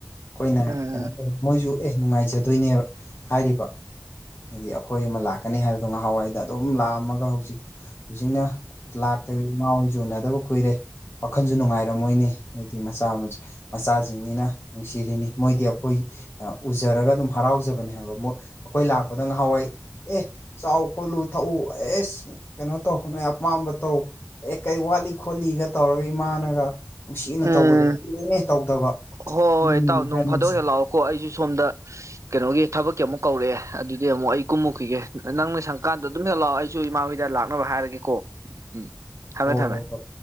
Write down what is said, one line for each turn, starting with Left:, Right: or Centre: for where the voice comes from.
Left: ꯑꯈꯣꯏꯅ
Right: ꯎꯝ
Left: ꯀꯩꯅꯣ ꯇꯧ ꯃꯣꯏꯁꯨ ꯑꯦ ꯅꯨꯡꯉꯥꯏꯖꯗꯣꯏꯅꯦꯕ ꯍꯥꯏꯔꯤꯕ ꯍꯥꯏꯗꯤ ꯑꯈꯣꯏ ꯑꯃ ꯂꯥꯛꯀꯅꯤ ꯍꯥꯏꯕ ꯑꯗꯣ ꯉꯍꯥꯟꯋꯥꯏꯗ ꯑꯗꯨꯝ ꯂꯥꯛꯑꯝꯃꯒ ꯍꯧꯖꯤꯛ ꯍꯧꯖꯤꯛꯅ ꯂꯥꯛꯇꯕꯤꯗꯤ ꯏꯃꯥꯥ ꯍꯣꯏꯁꯨ ꯎꯅꯗꯕ ꯀꯨꯏꯔꯦ ꯋꯥꯈꯜꯁꯨ ꯅꯨꯡꯉꯥꯏꯔꯝꯃꯣꯏꯅꯦ ꯍꯥꯏꯗꯤ ꯃꯆꯥ ꯃꯆꯥꯁꯤꯡꯅꯤꯅ ꯅꯨꯡꯁꯤꯔꯤꯅꯤ ꯃꯣꯏꯗꯤ ꯑꯩꯈꯣꯏ ꯎꯖꯔꯒ ꯑꯗꯨꯝ ꯍꯔꯥꯎꯖꯕꯅꯦ ꯍꯥꯏꯕ ꯑꯩꯈꯣꯏ ꯂꯥꯛꯄꯗ ꯉꯍꯥꯟꯋꯥꯏ ꯑꯦ ꯆꯥꯎ ꯈꯣꯠꯂꯨ ꯊꯛꯎ ꯑꯦꯁ ꯀꯩꯅꯣ ꯇꯧ ꯅꯣꯏ ꯑꯄꯥꯝꯕ ꯇꯧ ꯑꯦ ꯀꯩ ꯋꯥꯠꯂꯤ ꯈꯣꯠꯂꯤꯒ ꯇꯧꯔꯒ ꯏꯃꯥꯅꯒ ꯅꯨꯡꯁꯤꯅ
Right: ꯎꯝ
Left: ꯇꯧꯕꯗꯣ ꯀꯨꯏꯔꯦꯅꯦ ꯇꯧꯗꯕ
Right: ꯍꯣꯏ ꯍꯣꯏ
Left: ꯎꯝ
Right: ꯏꯇꯥꯎ ꯅꯣꯡ
Left: ꯅꯨꯡꯁꯤ
Right: ꯐꯥꯗꯣꯛ ꯍꯦꯛ ꯂꯥꯛꯑꯣꯀꯣ ꯑꯩꯁꯨ ꯁꯣꯝꯗ ꯀꯩꯅꯣꯒꯤ ꯊꯕꯛ ꯑꯃꯨꯛ ꯀꯧꯔꯛꯑꯦ ꯑꯗꯨꯗꯤ ꯑꯃꯨꯛ ꯑꯩ ꯀꯨꯝꯃꯨꯈꯤꯒꯦ ꯅꯪꯅ ꯁꯪꯀꯥꯟꯗ ꯑꯗꯨꯝ ꯍꯦꯛ ꯂꯥꯛꯑꯣ ꯑꯩꯁꯨ ꯏꯃꯥꯍꯣꯏꯗ ꯂꯥꯛꯅꯕ ꯍꯥꯏꯔꯒꯦꯀꯣ ꯎꯝ ꯊꯝꯃꯦ
Left: ꯍꯣ
Right: ꯊꯝꯃꯦ
Left: ꯍꯣ ꯍꯣꯏ